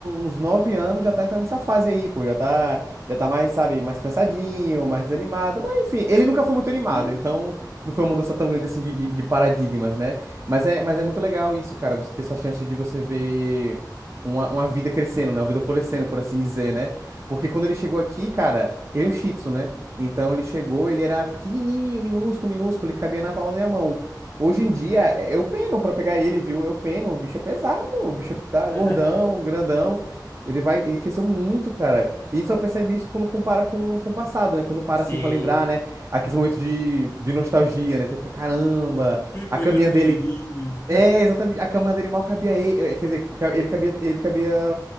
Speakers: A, on the right (about 35°); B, on the left (about 30°).
A: uns 9 anos, já tá entrando nessa fase aí, pô. Já tá, já tá mais, sabe, mais cansadinho, mais desanimado. Mas enfim, ele nunca foi muito animado,
B: Uhum.
A: então não foi uma mudança tão grande assim de, de- de paradigmas, né? Mas é, mas é muito legal isso, cara. Você ter essa chance de você ver uma, uma vida crescendo, né? Uma vida florescendo, por assim dizer, né? Porque quando ele chegou aqui, cara, ele é um Shih Tzu, né? Então ele chegou, ele era pequenininho, minúsculo, minúsculo, ele cabia na palma da minha mão. Hoje em dia, é- eu peno pra pegar ele, viu? Eu peno, o bicho é pesado, o bicho é- tá
B: <laughs>
A: gordão, grandão. Ele vai, ele cresceu muito, cara. E só percebe isso quando compara com, com o passado, né? Quando para
B: Sim.
A: assim pra lembrar, né? Aqueles
B: Aham.
A: momentos de, de nostalgia, né? Você fica, caramba, a
B: Quando
A: caminha
B: Ele era pequenininho.
A: dele. É, exatamente, a cama dele mal cabia ele. eh, Quer dizer, ca- ele cabia, ele cabia.